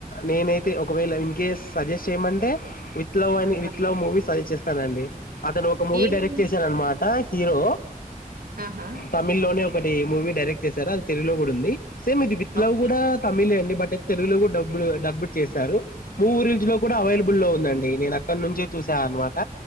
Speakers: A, on the left (about 75°); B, on the right (about 75°).
A: నేనై తే ఒకవేళ ఇన్ కేస్ సజెస్ట్ చేయమంటే విత్ లవ్ అని
B: ఆ!
A: విత్ లవ్ మూవీ సజెస్ట్ చేస్తానండి అతను ఒక మూవీ
B: ఏమైంది?
A: డైరెక్ట్ చేశాననమాట హీరో
B: ఆహా
A: తమిళ్
B: ఓకే.
A: లోనే ఒకటి మూవీ డైరెక్ట్ చేశారు అది తెలుగులో కూడా ఉంది సేమ్ ఇది విత్ లో
B: ఓకే.
A: కూడా తమిలే అండి బట్ తెలుగులో కూడా డబ్బుడ్ డబ్బుడ్డ్ చేశారు మూవియరుల్జ్ లో కూడా అవైలబుల్లో ఉందండి నేను అక్కడ నుంచే చూసాను అనమాట